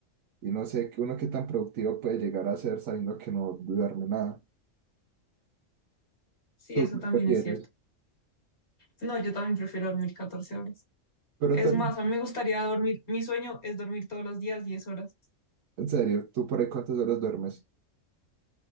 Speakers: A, on the right; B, on the left.
A: Y no sé que uno qué tan productivo puede llegar a ser sabiendo que no duerme nada.
B: Sí,
A: ¿Tú
B: eso
A: qué
B: también
A: prefieres?
B: es cierto. No, yo también prefiero dormir 14 horas.
A: Pero
B: Es
A: tú-
B: más, a mí me gustaría dormir, mi sueño es dormir todos los días diez horas,
A: en serio, ¿tú por ahí cuántas horas duermes?